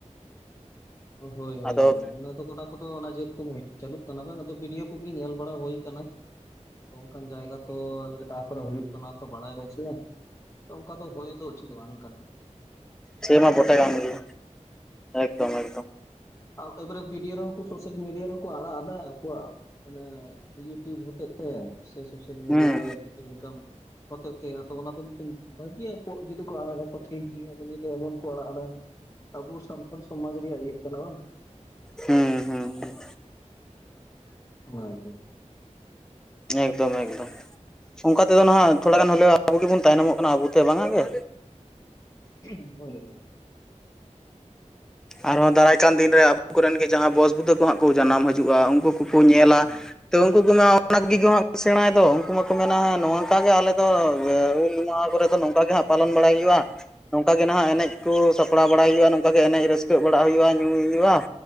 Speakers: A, on the left (about 25°); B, in the centre.
A: ᱦᱳᱭ
B: ᱟᱫᱚ
A: ᱦᱳᱭ ᱦᱳᱭ, ᱚᱱᱟ ᱫᱚ <unintelligible> ᱫᱚ ᱚᱱᱟ ᱡᱮᱨᱚᱠᱚᱢ ᱪᱟᱹᱞᱩᱜ ᱠᱟᱱᱟ ᱵᱟᱝ ᱟᱫᱚ ᱵᱷᱤᱰᱤᱭᱳ ᱠᱚᱜᱮ ᱧᱮᱞ ᱵᱟᱲᱟ ᱦᱩᱭ ᱠᱟᱱᱟ ᱾ ᱚᱱᱠᱟᱱ ᱡᱟᱭᱜᱟ ᱛᱚ ᱮ ᱚᱠᱟ ᱠᱚᱨᱮ ᱦᱩᱭᱩᱜ ᱠᱟᱱᱟ ᱛᱚ ᱵᱟᱲᱟᱭ ᱵᱟᱹᱪᱷᱩᱜᱼᱟ ᱾ ᱛᱚ ᱚᱱᱠᱟ ᱫᱚ ᱦᱩᱭ ᱫᱚ ᱩᱪᱤᱛ ᱵᱟᱝ ᱠᱟᱱᱟ ᱾
B: ᱥᱮ ᱢᱟ ᱵᱚᱴᱮ ᱠᱟᱝ ᱜᱮ, ᱮᱠᱫᱚᱢ ᱮᱠᱫᱚᱢ ᱾
A: ᱟ ᱛᱟᱵᱚᱨᱮ ᱵᱷᱤᱰᱤᱭᱳ ᱨᱮ ᱠᱩ, ᱥᱳᱥᱟᱞ ᱢᱤᱰᱤᱭᱟ ᱨᱮᱠᱚ ᱟᱲᱟᱜ ᱟᱫᱟ ᱟᱠᱣᱟᱜᱼᱼ ᱚᱱᱮ ᱤᱭᱩᱴᱤᱭᱩᱵᱽ ᱦᱚᱛᱮᱡ ᱛᱮ, ᱥᱮ ᱥᱳᱥᱟᱞ ᱢᱤᱰᱤᱭᱟ
B: ᱦᱩᱸ
A: ᱨᱮ ᱠᱤᱪᱷᱩ ᱤᱱᱠᱟᱢᱼᱼ ᱦᱚᱛᱮ ᱛᱮ ᱟᱫᱚ ᱚᱱᱟ ᱫᱚ ᱢᱤᱫᱴᱮᱱ ᱵᱷᱟᱜᱤᱭᱟᱜ ᱡᱩᱫᱤ ᱠᱚ ᱟᱲᱟᱜᱟᱠᱚ ᱴᱷᱤᱠ ᱜᱮᱭᱟ ᱟᱫᱚ ᱱᱤᱭᱟᱹ ᱫᱚ ᱮᱢᱚᱱ ᱠᱚ ᱟᱲᱟᱜ ᱮᱫᱟᱼᱼ ᱟᱵᱚ ᱥᱟᱱᱛᱟᱞ ᱥᱚᱢᱟᱡᱽ ᱨᱮᱭᱟᱜ ᱤᱭᱟᱹᱜ ᱠᱟᱱᱟ ᱵᱟᱝ ᱾
B: ᱦᱩᱸ ᱦᱩᱸ
A: ᱚᱱᱟᱜᱮ
B: ᱮᱠᱫᱚᱢ ᱮᱠᱫᱚᱢ ᱚᱱᱠᱟ ᱛᱮᱫᱚ ᱱᱟᱦᱟᱜ ᱛᱷᱚᱲᱟ ᱜᱟᱱ ᱦᱳᱞᱮᱣ ᱟᱵᱚ ᱜᱮᱵᱚᱱ ᱛᱟᱭᱱᱚᱢᱚᱜ ᱠᱟᱱᱟ ᱟᱵᱚ ᱛᱮ ᱵᱟᱝᱟ ᱜᱮᱼᱼ
A: <unintelligible> ᱦᱳᱭ ᱦᱳᱭ
B: ᱟᱨᱦᱚᱸ ᱫᱟᱨᱟᱭ ᱠᱟᱱ ᱫᱤᱱ ᱨᱮ ᱟᱵᱚ ᱠᱚᱨᱮᱱ ᱜᱮ ᱡᱟᱦᱟᱸᱭ ᱵᱚᱥ ᱵᱩᱫᱟᱹ ᱠᱚ ᱦᱟᱸᱜ ᱠᱚ ᱡᱟᱱᱟᱢ ᱦᱤᱡᱩᱜᱼᱟ ᱩᱱᱠᱩᱼᱼ ᱠᱚ ᱧᱮᱞᱟ,
A: ᱦᱩᱸ
B: ᱛᱚ ᱩᱱᱠᱩ ᱠᱚ ᱢᱮᱱᱟ ᱚᱱᱟᱜᱮ ᱦᱟᱸᱜ ᱠᱚ ᱥᱮᱬᱟᱭ ᱫᱚ ᱩᱱᱠᱩ ᱢᱟᱠᱚ ᱢᱮᱱᱟ ᱦᱮᱸ ᱱᱚᱝᱠᱟ ᱜᱮ ᱟᱞᱮᱼᱼ ᱫᱚ ᱮ ᱦᱩᱞ ᱢᱟᱦᱟ ᱠᱚᱨᱮ ᱫᱚ ᱱᱚᱝᱠᱟ ᱜᱮ ᱟᱵᱼᱼ ᱯᱟᱞᱚᱱ ᱵᱟᱲᱟᱭ ᱦᱩᱭᱩᱜᱼᱟ, ᱱᱚᱝᱠᱟ ᱜᱮ ᱱᱟᱦᱟᱜ ᱮᱱᱮᱡ ᱠᱚ ᱥᱟᱯᱲᱟᱣ ᱵᱟᱲᱟᱭ ᱦᱩᱭᱩᱜᱼᱟ ᱱᱚᱝᱼᱻ ᱠᱟᱜᱮ ᱮᱱᱮᱡ ᱨᱟᱹᱥᱠᱟᱹᱜ ᱵᱟᱲᱟ ᱦᱩᱭᱩᱜᱼᱟ ᱧᱩᱭ ᱦᱩᱭᱩᱜᱼᱟ,